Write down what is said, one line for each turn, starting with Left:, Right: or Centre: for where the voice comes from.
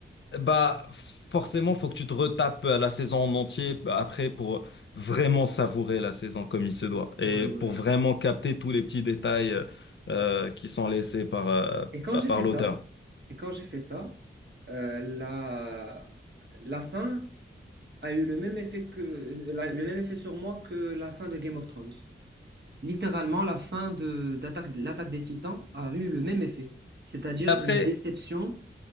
Left: bah, forcément, faut que tu te retapes la saison en entier après pour vraiment savourer la saison comme il se doit et
Right: Oui, oui.
Left: pour vraiment capter tous les petits détails euh, euh, qui sont laissés par, euh,
Right: Et quand
Left: bah,
Right: j'ai
Left: par
Right: fait
Left: l'auteur.
Right: ça, et quand j'ai fait ça, euh, la, la fin a eu le même effet que la- le même effet sur moi que la fin de Game of Thrones. Littéralement, la fin de d'attaque l'attaque des Titans a eu le même effet, c'est-à-dire
Left: Après,
Right: une déception.